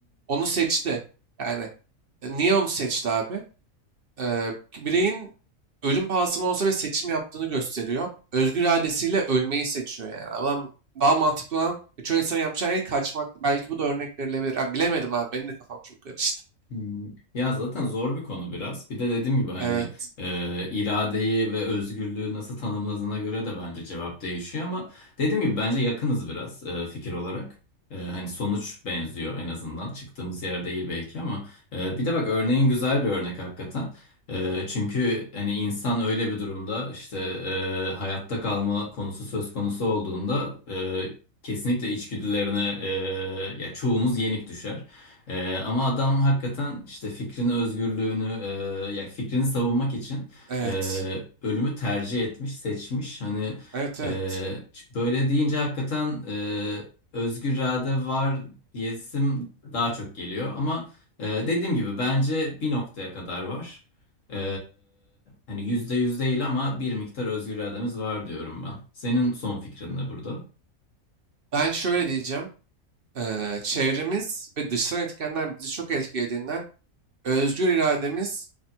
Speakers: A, on the right (about 50°); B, on the left (about 65°).
A: Onu seçti. Yani e, niye onu seçti abi? Ee, bireyin ölüm pahasına olsa ve seçim yaptığını gösteriyor. Özgür iradesiyle ölmeyi seçiyor yani. Adam daha mantıklı olan çoğu insan yapacağı şey kaçmak. Belki bu da örnek verilebilir. Ha, bilemedim abi benim de kafam çok karıştı.
B: Hmm. Ya zaten zor bir konu biraz. Bir de dediğim gibi hani
A: Evet,
B: e, iradeyi ve özgürlüğü nasıl tanımladığına göre de bence cevap değişiyor ama dediğim gibi bence yakınız biraz e, fikir olarak. E, hani sonuç benziyor en azından. Çıktığımız yer değil belki ama e, bir de bak örneğin güzel bir örnek hakikaten. E, çünkü hani insan öyle bir durumda işte e, hayatta kalma konusu söz konusu olduğunda e, kesinlikle içgüdülerine e, ya çoğumuz yenik düşer. Ee, ama adam hakikaten işte fikrini, özgürlüğünü, e, ya fikrini savunmak için
A: evet,
B: e, ölümü tercih etmiş, seçmiş. Hani
A: evet,
B: e,
A: evet.
B: işte böyle deyince hakikaten e, özgür irade var diyesim daha çok geliyor. Ama e, dediğim gibi bence bir noktaya kadar var. E, hani yüzde yüz değil ama bir miktar özgür irademiz var diyorum ben. Senin son fikrin ne burada?
A: Ben şöyle diyeceğim. Ee, çevremiz ve dışsal etkenler bizi çok etkilediğinden özgür irademiz